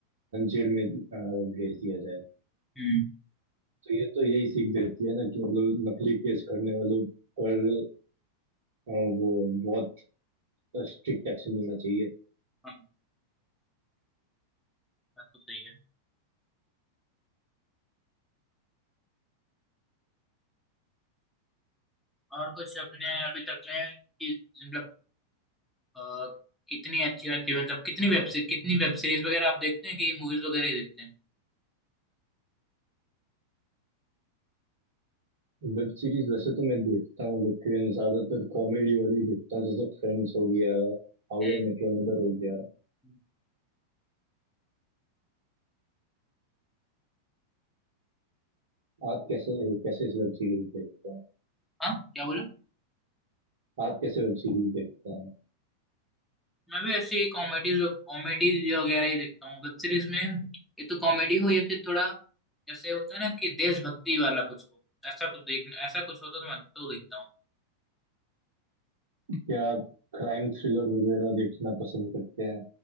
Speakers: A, on the right; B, in the centre.
A: जेल में अ, भेज दिया जाए
B: हम्म हम्म,
A: तो ये तो यही सीख देती है ना कि मतलब नकली केस करने वालों पर अ, वो बहुत स्ट्रिक्ट एक्शन लेना चाहिए
B: हाँ बात तो सही है और कुछ अपने अभी तक में कि मतलब अ, कितनी अच्छी अच्छी मतलब कितनी वेब कितनी वेब सीरीज वगैरह आप देखते हैं कि मूवीज वगैरह ही देखते हैं
A: वेब सीरीज वैसे तो मैं देखता हूँ लेकिन ज्यादातर कॉमेडी वाली ही देखता हूँ जैसे फ्रेंड्स हो गया How
B: हम्म
A: I Met Your Mother हो गया
B: हम्म।
A: आप कैसे कैसे वेब सीरीज देखते हैं
B: हाँ क्या बोला
A: आप कैसे वेब सीरीज देखते हैं
B: मैं भी ऐसे ही कॉमेडीज कॉमेडीज वगैरह ही देखता हूँ वेब सीरीज में ये तो कॉमेडी हो या फिर थोड़ा जैसे होता है ना कि देशभक्ति वाला कुछ हो ऐसा कुछ देखना ऐसा कुछ होता तो मैं तो देखता हूँ
A: क्या आप क्राइम थ्रिलर वगैरह देखना पसंद करते हैं